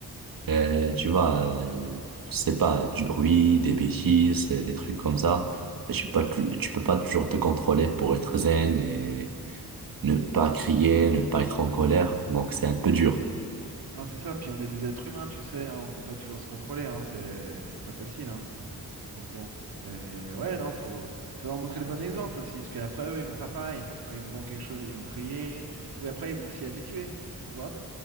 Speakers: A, on the right; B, on the right.
A: euh, tu vois, euh, je sais pas, du bruit, des bêtises, euh, des trucs comme ça. Et tu peux pas, tu, tu peux pas toujours te contrôler pour être zen et ne pas crier, ne pas être en colère. Donc, c'est un peu dur.
B: Non, c'est ça, puis on est des êtres humains, tu sais, hein, on peut pas toujours se contrôler, hein, c'est c'est pas facile, hein. Donc bon. Mais ouais, non, faut, faut leur montrer le bon exemple aussi, parce qu'après eux, ils vont faire pareil. Quand ils vous vendent quelque chose, ils vont crier, ou après ils vont s'y habituer, tu vois.